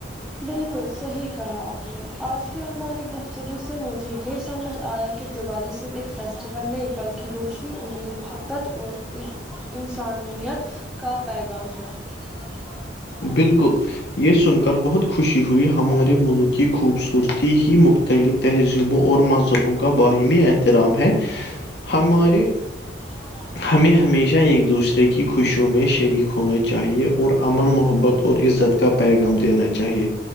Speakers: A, in the centre; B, on the left.
A: بالکل صحیح کہا آپ نے آج کی ہماری گفتگو سے مجھے یہ سمجھ آیا کہ دیوالی صرف ایک فیسٹیول نہیں بلکہ روشنی امید محبت اور انسانیت کا پیغام ہے اور
B: بالکل یہ سن کر بہت خوشی ہوئی ہمارے ملک کی خوبصورتی ہی مختلف تہذیبوں اور مذہبوں کا باہمی احترام ہے ہمارے
A: گریے ہو رہا ہے
B: ہمیں ہمیشہ ایک دوسرے کی خوشیوں میں شریک ہونا چاہیے اور امن مح محبت اور عزت کا پیغام دینا چاہیے